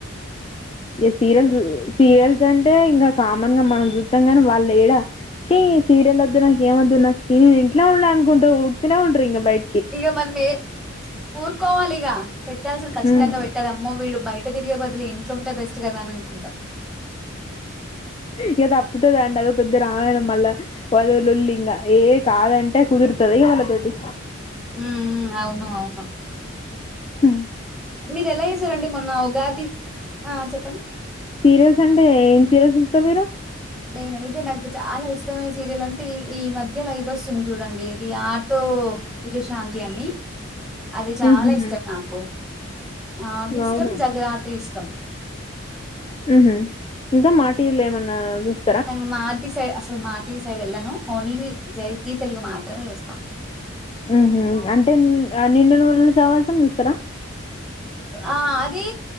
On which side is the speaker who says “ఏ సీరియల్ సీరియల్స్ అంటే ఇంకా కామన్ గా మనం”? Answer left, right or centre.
Left